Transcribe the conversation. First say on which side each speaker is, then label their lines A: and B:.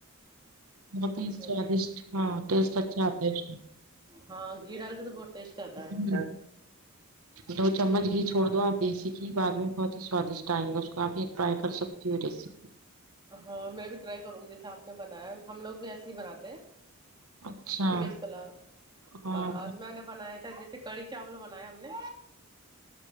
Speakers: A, on the right (about 75°); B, on the right (about 20°).
A: بہت ہی
B: اچھا
A: سوادشٹ ہاں ٹیسٹ اچھا آتا ہے اس
B: ہاں گھی ڈال کے تو بہت ٹیسٹ آتا
A: میں
B: ہے
A: ہ دو چمچ گھی چھوڑ دو آپ دیسی گھی بعد میں بہت ہی سوادشٹ ائیں گے اس کو آپ ایک ٹرائی کر سکتی ہو ریسیپی
B: ہاں میں بھی ٹرائی کروں گی جیسے آپ نے بنایا ہے ہم لوگ بھی ایسے ہی بناتے ہیں
A: اچھا
B: ویج پولو
A: ہاں
B: اور آج میں نے بنایا تھا جس کڑھی چاول بناائے ہم نے